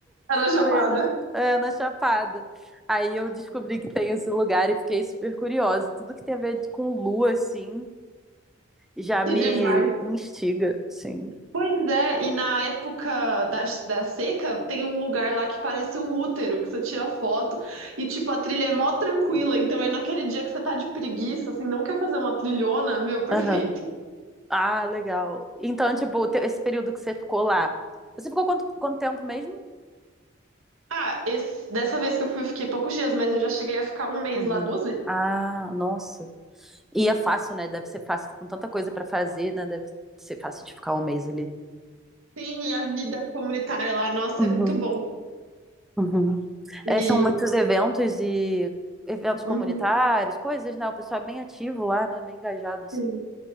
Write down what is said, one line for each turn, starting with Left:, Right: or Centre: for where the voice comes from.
Right: Era chapada,
Centre: Falei, não, é, na Chapada. Aí eu descobri que tem esse lugar e fiquei super curiosa. Tudo que tem a ver com lua, assim, já
Right: que
Centre: me
Right: demais.
Centre: instiga, sim.
Right: Pois é, e na época da, da seca, tem um lugar lá que parece um útero, que você tira foto, e tipo, a trilha é mó tranquila, então é naquele dia que você tá de preguiça, assim, não quer fazer uma trilhona, meu, perfeito.
Centre: Aham. Ah, legal. Então, tipo, o teu- esse período que você ficou lá, você ficou quanto, quanto tempo mesmo?
Right: Ah, esse- dessa vez que eu fui, eu fiquei poucos dias, mas eu já cheguei a ficar um mês
Centre: Uhum.
Right: lá duas vezes.
Centre: Ah, nossa. E é fácil, né? Deve ser fácil, com tanta coisa pra fazer, né? Deve ser fácil de ficar um mês ali.
Right: Sim, e a vida comunitária lá, nossa,
Centre: Uhum,
Right: é muito bom.
Centre: uhum.
Right: E,
Centre: É, são muitos eventos e eventos
Right: uhum,
Centre: comunitários, coisas, né? O pessoal é bem ativo lá, né? Bem engajado, assim.
Right: sim.